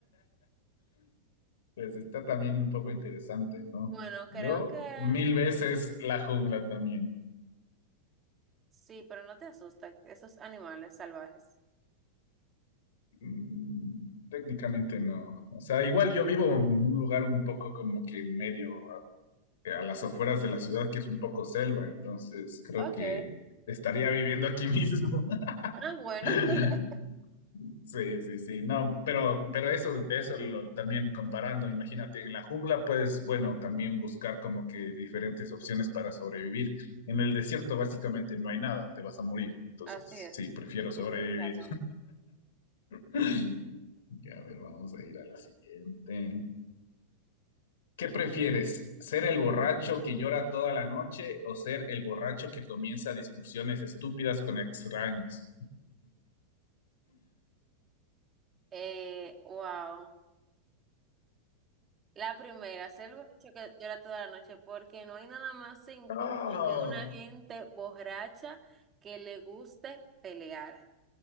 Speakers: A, on the left (about 60°); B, on the right (about 25°).
A: Pues está también un poco interesante, ¿no?
B: Bueno, creo
A: Yo
B: que
A: mil veces la jungla también.
B: sí, pero no te asustan esos animales salvajes.
A: Mm, Técnicamente no. O sea, igual yo vivo en un lugar un poco como que medio eh, a las afueras de la ciudad, que es un poco selva, entonces creo
B: Ok.
A: que estaría viviendo aquí mismo.
B: Ah, bueno.
A: <laughs>
B: <laughs>
A: Sí, sí, sí, no, pero, pero eso, eso lo, también comparando, imagínate, en la jungla puedes, bueno, también buscar como que diferentes opciones para sobrevivir. En el desierto básicamente no hay nada, te vas a morir, entonces
B: Así es.
A: sí, prefiero sobrevivir.
B: Sí, tienes razón.
A: <laughs> Ya, a ver, vamos a ir a la siguiente. ¿Qué prefieres? ¿Ser el borracho que llora toda la noche o ser el borracho que comienza discusiones estúpidas con extraños?
B: Eh, wow. La primera, ser borracho que llora toda la noche, porque no hay nada más incómodo
A: No.
B: que una gente borracha que le guste pelear.